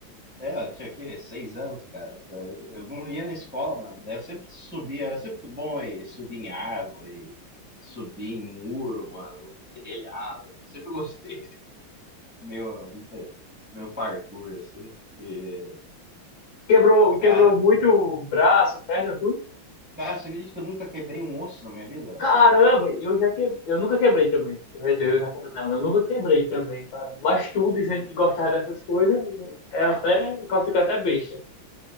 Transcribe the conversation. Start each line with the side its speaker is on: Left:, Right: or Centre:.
Centre: É, eu tinha aqui seis anos, cara. Eu não ia na escola, mano. Daí eu sempre subia, eu sempre fui bom aí, subir em árvore, subir em muro, mano, no telhado. Eu sempre gostei. Meu, não sei, meu parkour, assim. E,
Left: Quebrou, quebrou
Centre: cara,
Left: muito o braço, perna, tu?
Centre: cara, você acredita que eu nunca quebrei um osso na minha vida?
Left: Caramba, eu já que... eu nunca quebrei também. Quer dizer, eu já quebrei, não, eu nunca quebrei também, cara. Mas tu dizendo que gostava dessas coisas, é até, o cara fica até besta.